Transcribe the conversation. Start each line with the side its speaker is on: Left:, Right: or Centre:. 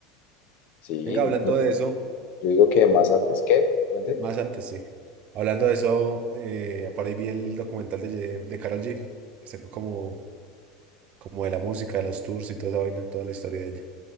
Left: Sí,
Right: Venga, hablando
Left: yo
Right: de eso,
Left: yo digo que más antes que, cuente.
Right: más antes, sí. Hablando de eso, eh, por ahí vi el documental de, Ye- de Karol G, que sacó como, como de la música, de los tours y toda esa vaina, toda la historia de ella.